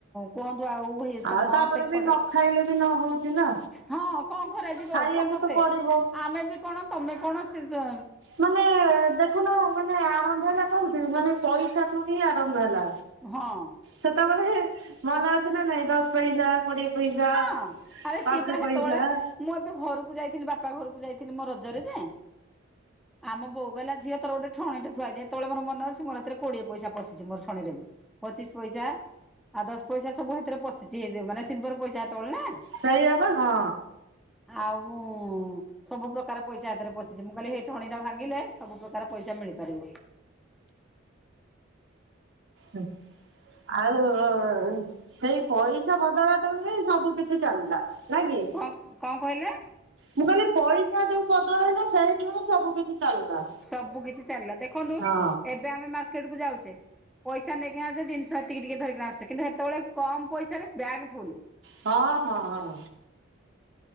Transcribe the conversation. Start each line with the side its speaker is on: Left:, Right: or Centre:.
Centre: କୁହନ୍ତୁ ଆଉ ହେ ତମ
Right: ଆଉ ତାପରେ
Centre: ସେପଟେ
Right: ବି ନ ଖାଇଲେ ବି ନ ହଉଛି ନା
Centre: ହଁ କଁ କରାଯିବ
Right: ଖାଇବାକୁ
Centre: ସମସ୍ତେ
Right: ତ ପଡିବ
Centre: ଆମେବି କଣ ତମେ କଣ ସିଜ
Right: ମାନେ ଦେଖୁନ ମାନେ ଆରମ୍ଭ ହେଲା କୋଉଠୁ ମାନେ ପଇସାଠୁ ହିଁ ଆରମ୍ଭ ହେଲା।
Centre: ହଁ।
Right: ସେତବେଳେ ମନେ ଅଛି ନା ନାଇଁ ଦଶ ପଇସା, କୋଡିଏ ପଇସା।
Centre: ହଁ ଆରେ
Right: ପାଞ୍ଚ
Centre: ସିଏପା ହେତବଳେ
Right: ପଇସା
Centre: ମୁଁ ଏବେ ଘରୁକୁ ଯାଇଥିଲି ବାପା ଘରୁକୁ ଯାଇଥିଲି ମୋ ରଜରେ ଯେ ଆମ ବୋଉ କହିଲା ଝିଅ ତୋର ଗୋଟେ ଠଣିଟେ ଥୁଆ ହେଇଛି ହେ ହେତବେଳେ ମୋର ମନ ଅଛି ମୋର ହେଥେରେ କୋଡିଏ ପଇସା ପସିଚି ମୋର ଠଣିରେ ବି ପଚିଶ ପଇସା ଆ ଦଶ ପଇସା ସବୁ ହେଥେରେ ପଶିଚି ହେଇ ମାନେ ସିଲଭର ପଇସା ହେତବେଳେ ନା।
Right: ସେୟାପା ହଁ।
Centre: ଆଉ ସବୁ ପ୍ରକାର ପଇସା ହେତେରେ ପଶିଚି ମୁଁ କଇଲି ହେ ଠଣିଟା ଭାଙ୍ଗିଲେ ସବୁ ପ୍ରକାର ପଇସା ମିଳିପାରିବ।
Right: ହୁଁ ଆଉ ସେଇ ପଇସା ବଦଳାଟୁ ହିଁ ସବୁ କି ଛି ଚାଲିଲା ନାଇ କି?
Centre: କଣ କଣ କହିଲେ?
Right: ମୁଁ କଇଲି ପଇସା ଯୋଉ ବଦଳେଇଲ ସେଇଠୁ ହିଁ ସବୁ କିଛି ଚାଲିଲା।
Centre: ସବୁ କିଛି ଚାଲିଲା ଦେଖନ୍ତୁ
Right: ହଁ
Centre: ଏ ବେ ଆମେ ମାର୍କେଟକୁୁ ଯାଉଚେ ପଇସା ନେଇକି ଆସେ ଜିନିଷ ଏତିକି ଟିକେ ଧରିକିନା ଆସୁଚେ କିନ୍ତୁ ହେତବେଳେ କମ୍ ପଇସାରେ ବ୍ୟାଗ୍ ଫୁଲୁ।
Right: ହଁ ହଁ ହଁ।